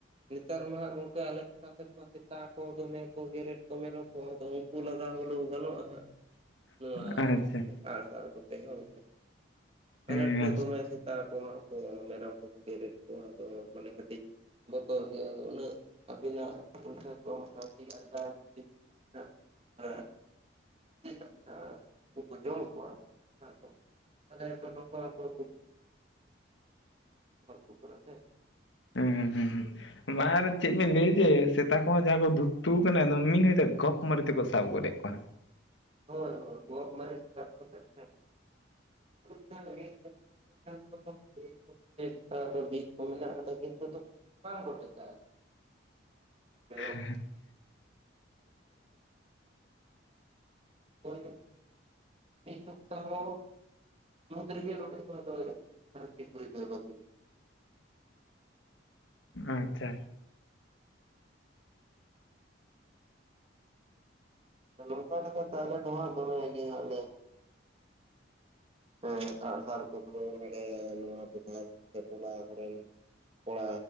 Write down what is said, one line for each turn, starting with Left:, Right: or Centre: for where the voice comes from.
Right: ᱱᱮᱛᱟᱨ ᱢᱟᱦᱟᱸᱜ ᱜᱚᱝᱠᱮ ᱟᱞᱮ ᱴᱚᱴᱷᱟ ᱥᱮᱫ ᱢᱟ ᱥᱮᱛᱟ ᱠᱚ ᱫᱚᱢᱮ ᱠᱚ ᱜᱮᱨᱮᱮᱫ ᱠᱚ ᱢᱮᱨᱚᱢ ᱠᱚ ᱫᱚ ᱩᱞ ᱦᱟᱛᱟᱣᱟ ᱫᱚᱢ ᱜᱟᱱᱚᱜ ᱟᱦᱟᱸᱜ
Left: <inaudible>
Right: ᱱᱚᱶᱟ
Left: ᱟᱪᱪᱷᱟ
Right: ᱟᱸᱜ ᱥᱟᱨ ᱠᱚᱛᱮ ᱦᱚᱸ
Left: ᱦᱮᱸ
Right: ᱟᱱᱟᱴ ᱨᱮ ᱫᱚᱢᱮ ᱥᱮᱛᱟ ᱠᱚ ᱛᱚ ᱢᱮᱨᱚᱢ ᱠᱚᱠᱚ ᱜᱮᱨᱮᱫ ᱠᱚᱣᱟ ᱟᱫᱚ ᱢᱟᱱᱮ ᱠᱟᱹᱴᱤᱡ ᱵᱚᱛᱚᱨ ᱜᱮᱭᱟ ᱟᱫᱚ ᱩᱱᱟ. ᱜ ᱟᱹᱵᱤᱱᱟᱜ ᱯᱚᱭᱥᱟ ᱠᱚ ᱢᱚᱴᱟ ᱢᱚᱴᱤ ᱟᱞᱜᱟ ᱛᱮᱜᱤ ᱢᱮᱱᱟᱜ -ᱟ ᱪᱮᱫ ᱟᱠᱟᱱᱟ ᱩᱱᱠᱩ ᱠᱚ ᱡᱚᱢ ᱠᱚᱣᱟ ᱟᱨ ᱠᱚ ᱥᱟᱱᱟᱭ ᱡᱚᱱᱚᱢ ᱯᱚᱨᱵᱟᱫ ᱠᱚ ᱠᱟᱱᱟ ᱥᱮ
Left: ᱩᱸ ᱦᱩᱸ ᱵᱟ ᱟᱫᱚ ᱪᱮᱫ ᱵᱮᱱ ᱞᱟᱹᱭᱟ ᱡᱮ ᱥᱮᱛᱟ ᱠᱚᱦᱚᱸ ᱡᱟᱦᱟᱸ ᱠᱚ ᱫᱷᱩᱛᱩ ᱟᱠᱟᱱᱟ ᱫᱚ ᱢᱤᱫ ᱜᱷᱟᱲᱤᱡ ᱛᱮ ᱜᱚᱯ ᱢᱟᱨ ᱛᱮᱠᱚ ᱥᱟᱵ ᱜᱚᱫᱮᱜ ᱠᱚᱣᱟ
Right: ᱦᱚᱭ ᱦᱚᱭ ᱜᱚᱯᱢᱟᱹᱭ ᱥᱟᱵ ᱠᱟᱛᱮᱜ <unintelligible> <unintelligible> ᱮᱡᱠᱟ ᱫᱚ ᱵᱤᱡ ᱠᱚ ᱢᱮᱱᱟᱜ ᱟᱠᱟᱫᱟ ᱠᱤᱱᱛᱩ ᱫᱚ ᱵᱟᱝᱠᱚ ᱴᱮᱠᱟᱜᱼᱟ ᱢᱮᱨᱚᱢ
Left: <inaudible>
Right: ᱳᱭ ᱢᱤᱫ ᱥᱚᱯᱛᱟᱦᱚ <unintelligible>
Left: ᱟᱪᱪᱷᱟ
Right: ᱱᱚᱝᱠᱟ ᱞᱮᱠᱟᱛᱮ ᱟᱞᱮ ᱫᱚ ᱦᱟᱸᱜ ᱫᱚᱢᱮ ᱜᱮ ᱦᱟᱸᱜ ᱞᱮ ᱦᱮᱸ ᱟᱜ ᱥᱟᱨ ᱟᱠᱚ ᱠᱚ ᱵᱟᱰᱟᱭᱟ ᱱᱚᱶᱟ ᱥᱤᱫᱷᱟᱨᱛ ᱛᱮ ᱪᱟᱞᱟᱣ ᱦᱮᱨᱮᱞ ᱠᱚᱲᱟ